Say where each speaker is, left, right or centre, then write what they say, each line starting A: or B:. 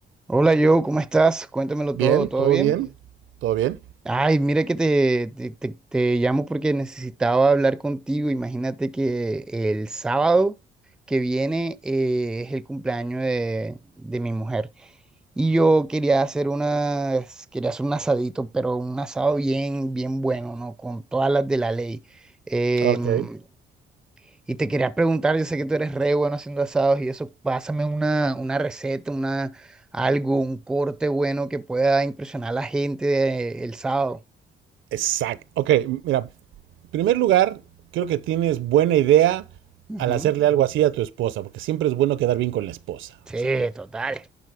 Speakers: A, in the centre; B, on the right.
A: Hola Joe, ¿cómo estás? Cuéntamelo
B: Bien,
A: todo, ¿todo
B: todo
A: bien?
B: bien, todo bien.
A: Ay, mira que te, te, te- te llamo porque necesitaba hablar contigo. Imagínate que el sábado que viene eh, es el cumpleaños de, de mi mujer. Y yo quería hacer unas, quería hacer un asadito, pero un asado bien, bien bueno, ¿no? Con todas las de la ley. Em,
B: Ok.
A: y te quería preguntar, yo sé que tú eres re bueno haciendo asados y eso, pásame una, una receta, una, algo, un corte bueno que pueda impresionar a la gente de- el sábado.
B: Exacto. Ok, mira, en primer lugar, creo que tienes buena idea
A: Ujú.
B: al hacerle algo así a tu esposa, porque siempre es bueno quedar bien con la esposa.
A: Sí,
B: o sea,
A: total.